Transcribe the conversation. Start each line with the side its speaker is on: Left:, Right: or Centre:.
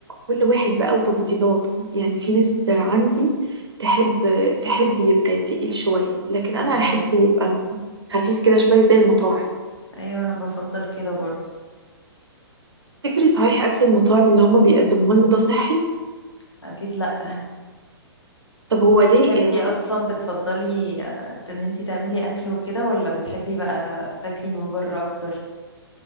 Right: كل واحد بقى وتفضيلاته يعني في ناس عندي تحب تحب يبقى تقيل شوية لكن أنا
Left: ايوه
Right: أحبه يبقى خفيف كده شوية زي المطاعم
Left: ايوه انا بفضل كده برضو
Right: تفتكري صحيح أكل المطاعم اللي هما بيقدموه لنا ده صحي؟
Left: اكيد لا
Right: طب هو
Left: انتي
Right: ليه
Left: بتحبي
Right: يا-
Left: اصلا بتفضلي آه، ان انتي تعملي اكل وكده ولا بتحبي بقى تاكلي من بره اكتر